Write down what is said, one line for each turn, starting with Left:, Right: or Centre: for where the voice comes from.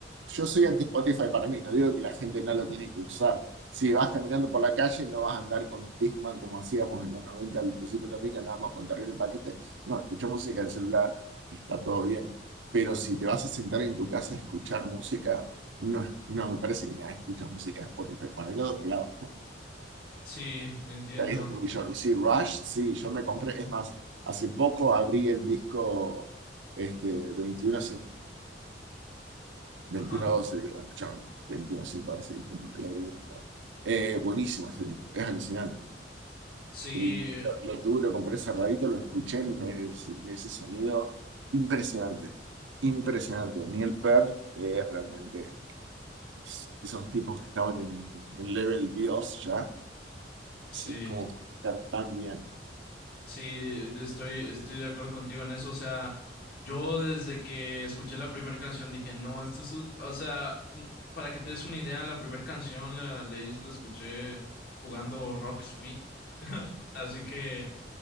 Right: yo soy anti Spotify para mí, no digo que la gente no lo tiene que usar. Si
Left: Ajá.
Right: vas caminando por la calle no vas a andar con un Discman como hacíamos en los 90 al principio también, que andábamos con terrible paquete. No, escucha música del celular, está todo bien. Pero si te vas a sentar en tu casa a escuchar música... No, no me parece que tengas que escuchar música de Spotify. Por el otro lado,
Left: Sí, entiendo.
Right: ahí es donde voy yo. Y sí, Rush, sí, yo me compré, es más, hace poco abrí el disco este, veintiuno 2112,
Left: ajá
Right: digo, escuchame, veintiuno ciento doce dije, le agregué un número. Eh, buenísimo ese disco, es alucinante.
Left: Sí,
Right: Y lo, lo tuve, lo compré cerradito, lo escuché en, ese en ese sonido impresionante, impresionante. Neil Peart eh, es realmente es- esos tipos que estaban en, en level Dios ya,
Left: sí,
Right: sí, como tocar tan bien.
Left: sí, de- estoy, estoy de acuerdo contigo en eso. O sea, yo desde que escuché la primera canción dije, no, esto es, o sea, mm, para que te des una idea, la primera canción la- de ellos la escuché jugando Rocksmith. <laughs> Así que,